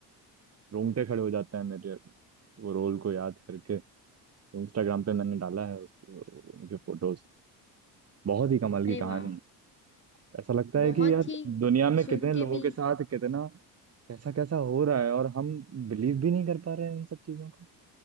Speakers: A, on the right; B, on the left.
A: रोंगटे खड़े हो जाते हैं मेरे वो रोल को याद करके इंस्टाग्राम पे मैंने डाला है उसके उनके फोटोज बहुत ही कमाल की
B: अरे
A: कहानी
B: वाह
A: है। ऐसा लगता है
B: बहुत
A: कि यार
B: ही
A: दुनिया में
B: सुन
A: कितने
B: के
A: लोगों
B: भी
A: के साथ कितना कैसा कैसा हो रहा है और हम बिलीव भी नहीं कर पा रहे हैं उन सब चीजों को